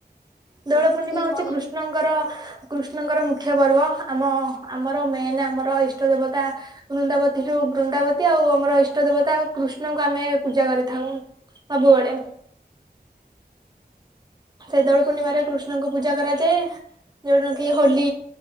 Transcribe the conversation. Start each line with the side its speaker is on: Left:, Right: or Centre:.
Left: ଆଜ୍ଞା
Right: ଦୋଳ ପୂର୍ଣ୍ଣିମା
Left: ଟିକେ
Right: ହଉଛି
Left: କହିବେ
Right: କୃଷ୍ଣଙ୍କ୍ ଙ୍କର କୃଷ୍ଣଙ୍କର ମୁଖ୍ୟ ପର୍ବ। ଆମ-ଆମର ମେନ୍, ଆମର ଇଷ୍ଟ ଦେବତା। ବୃନ୍ଦାବତୀ ଠୁ, ବୃନ୍ଦାବତୀ ଆଉ ଆମର ଇଷ୍ଟ ଦେବତା କୃଷ୍ଣଙ୍କୁ ଆମେ ପୂଜା କରିଥାଉଁ ସବୁବେଳେ। ସେଇ ଦୋଳ ପୂର୍ଣ୍ଣିମାରେ
Left: ଆଜ୍ଞା
Right: କୃଷ୍ଣଙ୍କୁ ପୂଜା କରାଯାଏ। ଯଉ ଦିନ କିି ହୋଲି